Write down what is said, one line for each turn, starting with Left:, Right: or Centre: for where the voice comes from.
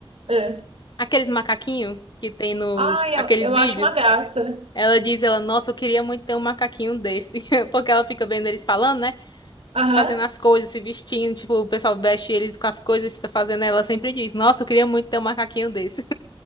Right: É.
Left: Aqueles macaquinhos que tem nos
Right: Ai,
Left: aqueles
Right: eu, eu
Left: vídeos.
Right: acho uma graça.
Left: Ela diz, ela, nossa, eu queria muito ter um macaquinho desse. <laughs> Porque ela fica vendo eles falando, né?
Right: Aham.
Left: Fazendo as coisas, se vestindo. Tipo, o pessoal veste eles com as coisas e fica fazendo. Ela sempre diz, nossa, eu queria muito ter um macaquinho desse.